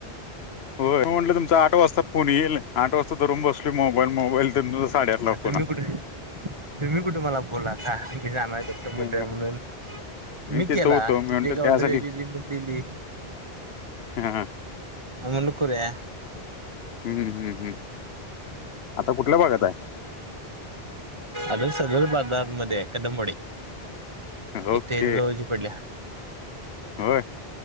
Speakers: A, on the left (about 80°); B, on the right (about 30°).
A: हो म्हटलं तुमचा आठ वाजता फोन येईल, आठ वाजता धरून बसलो मोबाईल, मोबाईल <unintelligible>
B: आता
A: फोन
B: तुम्ही कुठ तुम्ही, कुठे मला बोलाता, मी जाणार आहे दत्ता
A: आला
B: मंदिरात म्हणून. मी
A: तिथं
B: केला,
A: होतो मी म्हणतो
B: तिथे का
A: त्यासाठी
B: ऑर्डर या्यायची ती पण दिली
A: हं
B: मुणकूर्या
A: हम्म हम्म हम्म हम्म, आता कुठल्या भागात आहे?
B: अगर सदर बागगमध्ये कदंबडी
A: आहे ओके
B: इथे <inaudible> जवळची पडल्या-
A: होय